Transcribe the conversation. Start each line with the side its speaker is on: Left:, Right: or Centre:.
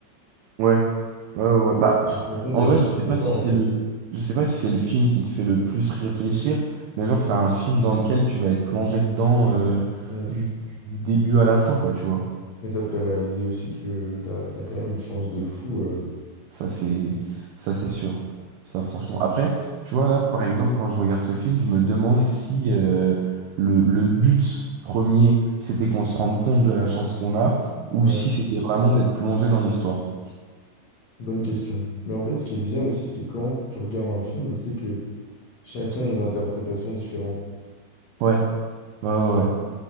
Right: Ouais, ouais, ouais. ouais. Bah, pff,
Left: Tu te rends compte
Right: en
Left: de la
Right: vrai,
Left: chance
Right: je sais
Left: que
Right: pas
Left: t'as
Right: si
Left: en
Right: c'est
Left: fait.
Right: le, je sais pas si c'est le film qui te fait le plus réfléchir, mais genre c'est un film dans lequel tu vas être plongé dedans euh,
Left: Mm.
Right: du, du début à la fin, quoi, tu vois.
Left: Et ça te fait réaliser aussi que t'as, t'as quand même une chance de fou. euh.
Right: Ça c'est, ça c'est sûr. Ça franchement. Après, tu vois là, par exemple, quand je regarde ce film, je me demande si euh, le, le but premier, c'était qu'on se rende compte de la chance qu'on a, ou
Left: Ouais,
Right: si c'était vraiment d'être plongé dans l'histoire.
Left: bonne question. Mais en fait, ce qui est bien aussi, c'est quand tu regardes un film et tu sais que chacun a une interprétation différente.
Right: Ouais, ouais, ouais. ouais.